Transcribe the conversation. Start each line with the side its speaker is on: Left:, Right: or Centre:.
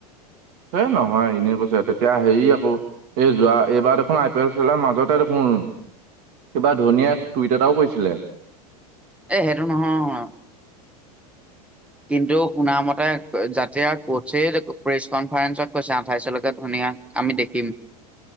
Right: এই নহয় এনেই কৈছে তেতিয়া হেৰি আকৌ এই যোৱা এইবাৰ দেখোন আই পি এল খেলাৰ মাজতে দেখোন কিবা ধোনীয়ে টুইট এটাও কৈছিলে
Centre: এই সেইটো নহয় কিন্তু শুনামতে যাতিয়া কছে প্ৰেছ কনফাৰেন্ঞ্চত কৈছে আঠাইছলৈকে ধুনীয়া আমি দেখিম।